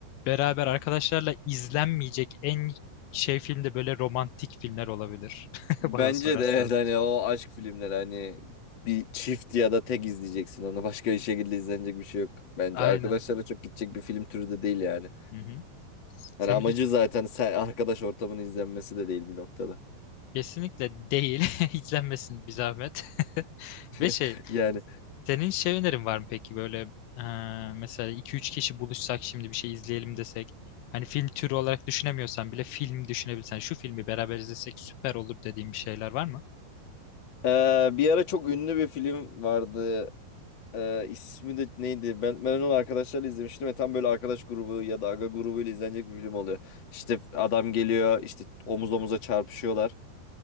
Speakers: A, on the left (about 80°); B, on the left (about 40°).
A: beraber arkadaşlarla izlenmeyecek en şey filmde böyle romantik filmler olabilir <laughs>
B: Bence
A: bana sorarsan.
B: de evet hani o aşk filmleri hani bir çift ya da tek izleyeceksin onu. Başka bir şekilde izlenecek bir şey yok. Bence
A: Aynen.
B: arkadaşlarla çok gidecek bir film türü de değil yani.
A: Hı hı. Sen
B: Hani amacı
A: bir de-
B: zaten sen arkadaş ortamının izlenmesi de değil bir noktada.
A: kesinlikle değil. <laughs> İzlenmesin bir zahmet. <laughs> Ve şey
B: <laughs> Yani
A: senin şey önerin var mı peki böyle eee, mesela iki üç kişi buluşsak şimdi bir şey izleyelim desek. Hani film türü olarak düşünemiyorsan bile film düşünebilirsen şu filmi beraber izlesek süper olur dediğin bir şeyler var mı?
B: Ee, bir ara çok ünlü bir film vardı. Ee, ismi de neydi? Ben, ben onu arkadaşlarla izlemiştim ve tam böyle arkadaş grubu ya da aga grubuyla izlenecek bir film oluyor. İşte adam geliyor, işte omuz omuza çarpışıyorlar.